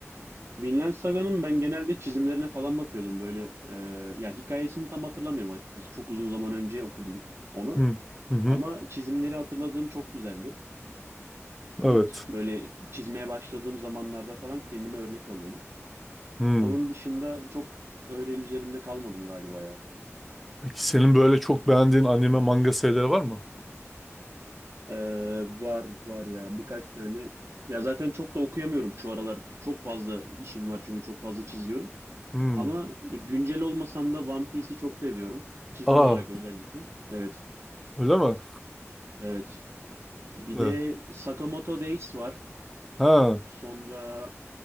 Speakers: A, on the right; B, in the centre.
A: Vinland Saga'nın ben genelde çizimlerine falan bakıyordum böyle. e, ya hikayesini tam hatırlamıyorum açıkçası. Çok uzun zaman önce okudum onu.
B: Hı hı. hı.
A: Ama çizimleri hatırladığım çok güzeldi.
B: Evet.
A: İlk böyle çizmeye başladığım zamanlarda falan kendime örnek alıyordum.
B: Hı.
A: Onun dışında çok öyle üzerinde kalmadım galiba ya.
B: Peki senin böyle çok beğendiğin anime manga serileri var mı?
A: E, var var ya birkaç tane. Ya zaten çok da okuyamıyorum şu aralar. Çok fazla işim var çünkü çok fazla çiziyorum.
B: Hı.
A: Ama güncel olmasam da One Piece'i çok seviyorum. Çizim
B: Aa,
A: olarak özellikle. Evet,
B: öyle mi?
A: evet. Bir
B: Hı.
A: de Sakamoto Days var.
B: Ha.
A: Sonra